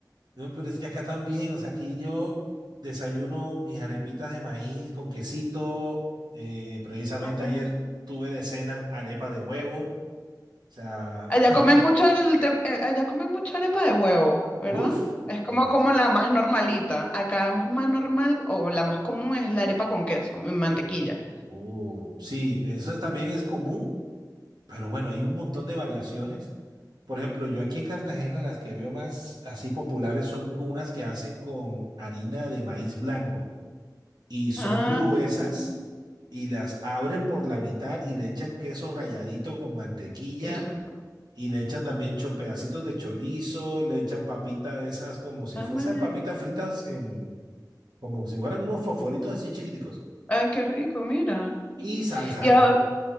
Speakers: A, on the right; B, on the left.
A: No, pero es que acá también, o sea, aquí yo desayuno mis arepitas de maíz con quesito. eh, precisamente
B: Amén.
A: ayer tuve de cena arepa de huevo. O sea,
B: Allá
A: <laughs>
B: comen mucho el tem- eh, allá comen mucho arepa de huevo, ¿verdad?
A: uff,
B: Es como
A: demás.
B: como la más normalita. Acá es más normal o la más común es la arepa con queso y mantequilla.
A: oh sí, eso también es común, pero bueno, hay un montón de variaciones. Por ejemplo, yo aquí en Cartagena las que veo más así populares son unas que hacen con harina de maíz blanco. y son
B: Ah,
A: gruesas
B: amén.
A: y las abren por la mitad y le echan queso ralladito con mantequilla
B: qué rico.
A: y le echan también cho- pedacitos de chorizo, le echan papita de esas como si
B: Amén.
A: fuesen papitas fritas en, como si fueran unos fosforitos así chiquiticos
B: Ah, qué rico, mira.
A: y salsa.
B: Y ahora-